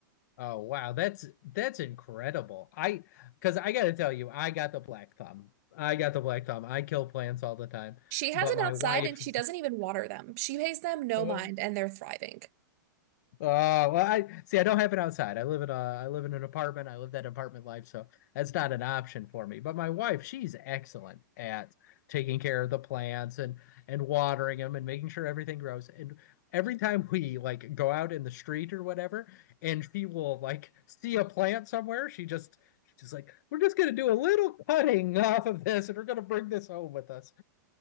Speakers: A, on the left; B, on the right.
A: Oh wow, that's that's incredible. I because I gotta tell you, I got the black thumb. I got the black thumb. I kill plants all the time,
B: She has
A: but
B: them
A: my
B: outside
A: wife
B: and she doesn't even water them. She pays them no
A: <laughs>
B: mind, and they're thriving.
A: Oh well, I see. I don't have it outside. I live in a. I live in an apartment. I live that apartment life, so that's not an option for me. But my wife, she's excellent at taking care of the plants and and watering them and making sure everything grows. And every time we like go out in the street or whatever, and she will like see a plant somewhere, she just she's just like, "We're just gonna do a little cutting off of this, and we're gonna bring this home with us."